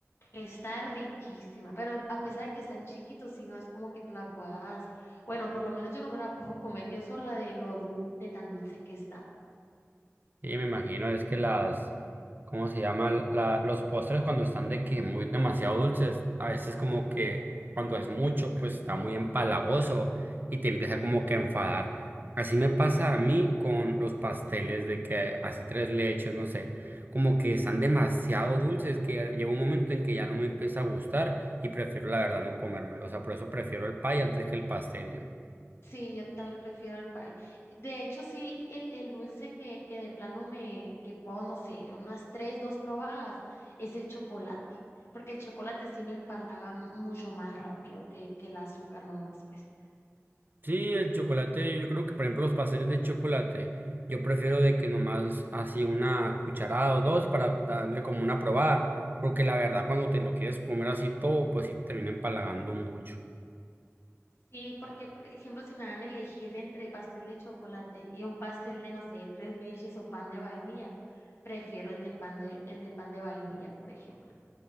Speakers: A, on the left; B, on the right.
A: Está riquísima, pero a pesar de que están chiquitos, si no es como que te la puedas, bueno, por lo menos yo no me la puedo comer yo sola de lo dul- de tan dulce que está.
B: Y me imagino es que las, ¿cómo se llama? La, los postres cuando están de que muy demasiado dulces, a veces como que cuando es mucho, pues está muy empalagoso y te empieza como que a enfadar. Así me pasa a mí con los pasteles de que así tres leches, no sé, como que están demasiado dulces que llega un momento en que ya no me empieza a gustar y prefiero la verdad no comérmelo. O sea, por eso prefiero el pay antes que el pastel yo.
A: Sí, yo también prefiero el pie. De hecho, sí, el, el dulce que, que de plano me, que puedo, no sé, unas tres, dos probadas, es el chocolate, porque el chocolate sí me empalaga mucho más rápido que, que el azúcar nomás, pues.
B: Sí, el chocolate, yo creo que por ejemplo los pasteles de chocolate, yo prefiero de que nomás así una cucharada o dos para darle como una probada, porque la verdad cuando te lo quieres comer así todo, pues sí te termina empalagando mucho.
A: Sí, porque, por ejemplo, si me dan a elegir entre pastel de chocolate y un pastel de, no sé, tres leches o pan de vainilla, prefiero el de pan de, el de pan de vainilla, por ejemplo,